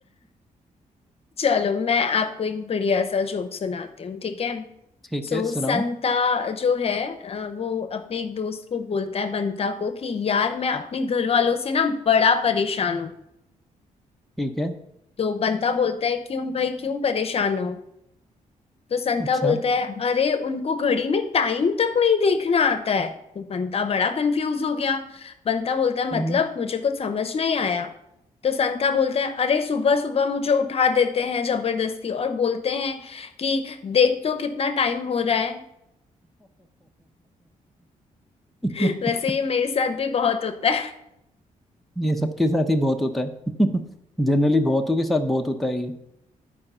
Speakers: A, on the left; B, in the centre.
A: चलो मैं आपको एक बढ़िया सा जोक सुनाती हूँ ठीक है
B: ठीक
A: सो
B: है सुनाओ
A: संता जो है अ, वो अपने एक दोस्त को बोलता है बंता को कि यार मैं अपने घर वालों से ना बड़ा परेशान हूँ
B: ठीक है
A: तो बंता बोलता है क्यों भाई क्यों परेशान हो तो संता
B: अच्छा
A: बोलता है अरे उनको घड़ी में टाइम तक नहीं देखना आता है तो बंता बड़ा कंफ्यूज हो गया बंता बोलता है मतलब
B: हम्म।
A: मुझे कुछ समझ नहीं आया तो संता बोलता है अरे सुबह सुबह मुझे उठा देते हैं जबरदस्ती और बोलते हैं कि देख तो कितना टाइम हो रहा है
B: <laughs>
A: <laughs> वैसे ये मेरे साथ भी बहुत होता है
B: ये सबके साथ ही बहुत होता है <laughs> जनरली बहुतों के साथ बहुत होता है